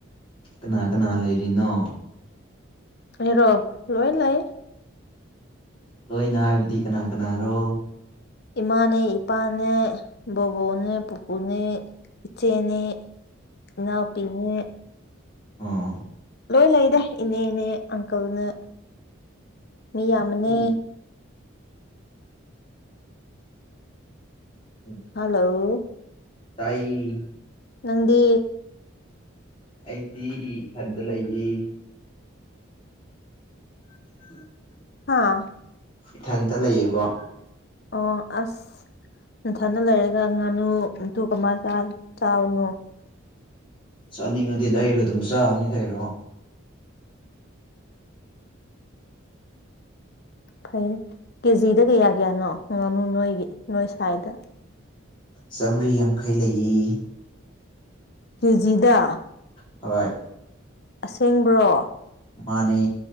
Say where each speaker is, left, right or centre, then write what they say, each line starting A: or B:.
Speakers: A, on the left; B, on the left.
A: ꯀꯅꯥ ꯀꯅꯥ ꯂꯩꯔꯤꯅꯣ
B: ꯑꯩꯔꯣ ꯂꯣꯏ ꯂꯩ
A: ꯂꯣꯏꯅ ꯍꯥꯏꯕꯗꯤ ꯀꯅꯥ ꯀꯅꯥꯔꯣ
B: ꯏꯃꯥꯅꯦ ꯏꯄꯥꯅꯦ ꯕꯣꯕꯣꯛꯅꯦ ꯄꯨꯄꯨꯅꯦ ꯏꯆꯦꯅꯦ ꯏꯅꯥꯎꯄꯤꯅꯦ
A: ꯑꯣꯥ
B: ꯂꯣꯏ ꯂꯩꯗ ꯏꯅꯦ ꯏꯅꯦ ꯑꯪꯀꯜꯅ ꯃꯤ ꯌꯥꯝꯃꯅꯦ
A: ꯎꯝ ꯎꯝ
B: ꯍꯜꯂꯣ
A: ꯇꯥꯏ
B: ꯅꯪꯗꯤ
A: ꯑꯩꯗꯤ ꯏꯊꯟꯇ ꯂꯩꯔꯤ <unintelligible>
B: ꯍꯥꯥ
A: ꯏꯊꯟꯇ ꯂꯩꯌꯦꯕ
B: ꯑꯣ ꯑꯁ ꯅꯟꯊꯅ ꯂꯩꯔꯒ ꯉꯥꯅꯨꯨ ꯀꯃꯥꯏꯅ ꯆꯥꯕꯅꯣ
A: ꯆꯥꯅꯤꯡꯉꯗꯤ ꯂꯩꯔꯒ ꯑꯗꯨꯝ ꯆꯥꯕꯅꯤ ꯀꯔꯣ
B: ꯐꯩ ꯀꯦꯖꯤꯗ ꯀꯌꯥ ꯀꯌꯥꯅꯣ ꯉꯥꯅꯨ ꯅꯣꯏꯒꯤ ꯅꯣꯏ ꯁ꯭ꯋꯥꯏꯗ
A: ꯆꯥꯝꯔꯤ ꯌꯥꯡꯈꯩ ꯂꯩꯌꯦ
B: ꯀꯦꯖꯤꯗ
A: ꯍꯣꯏ
B: ꯑꯁꯦꯡꯕ꯭ꯔꯣ
A: ꯃꯥꯅꯦ